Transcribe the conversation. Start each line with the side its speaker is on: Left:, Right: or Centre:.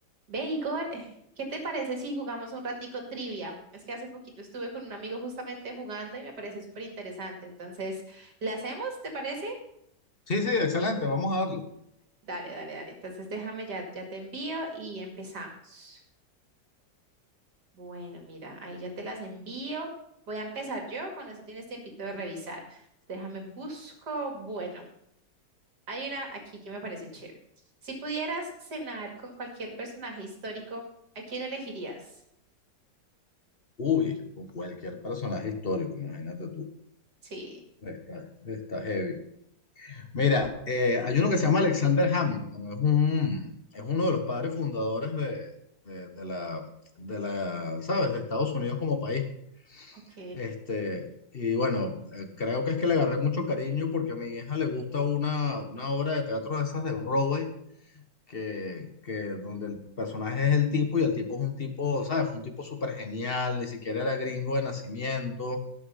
Right: Ve, Igor, <laughs> ¿qué te parece si jugamos un ratico trivia? Es que hace poquito estuve con un amigo justamente jugando y me parece súper interesante. Entonces, ¿la hacemos? ¿Te parece?
Left: Sí, sí, excelente, vamos a darle.
Right: Dale, dale, dale. Entonces, déjame ya, ya te envío y empezamos. Bueno, mira, ahí ya te las envío. Voy a empezar yo, con eso tienes tiempito de revisar. Déjame busco. Bueno, hay una aquí que me parece chévere. Si pudieras cenar con cualquier personaje histórico, ¿a quién elegirías?
Left: Uy, con cualquier personaje histórico, imagínate tú.
Right: Sí,
Left: Está, está heavy. Mira, eh, hay uno que se llama Alexander Hamilton, es un, es uno de los padres fundadores de, de- de la, de la, ¿sabes? De Estados Unidos como país.
Right: ok.
Left: Este, y bueno, eh, creo que es que le agarré mucho cariño porque a mi hija le gusta una, una obra de teatro de esas de Broadway que, que donde el personaje es el tipo y el tipo es un tipo, ¿sabes? Fue un tipo súper genial, ni siquiera era gringo de nacimiento,